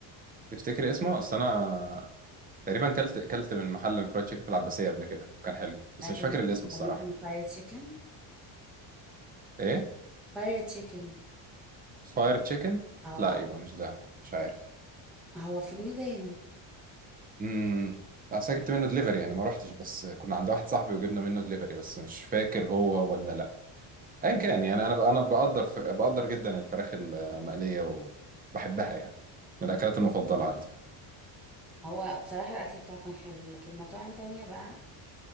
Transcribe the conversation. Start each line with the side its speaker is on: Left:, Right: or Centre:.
Right: تفتكري اسمه؟ أصل أنا تقريبا كلت كلت من محل فرايد تشيكن في العباسية قبل كده كان حلو بس
Centre: هكذا
Right: مش فاكر الاسم الصراحة
Centre: كان اسمه فرايد تشيكن
Right: إيه؟
Centre: فرايد تشيكن
Right: فاير تشيكن
Centre: او
Right: لا
Centre: أو-
Right: يبقى مش ده مش عارف
Centre: هو في الميدان
Right: امم اصل أنا جبت منه دليفري يعني ما روحتش بس كنا عند واحد صاحبي وجبنا منه دليفري بس مش فاكر هو ولا لا ايا كان يعني انا ب- انا بقدر ف... بقدر جدا الفراخ المقليه وبحبها يعني من الاكلات المفضله
Centre: <laughs>
Right: عندي
Centre: هو بصراحه الاكل بتاعه كان حلو لكن مطاعم تانية بقى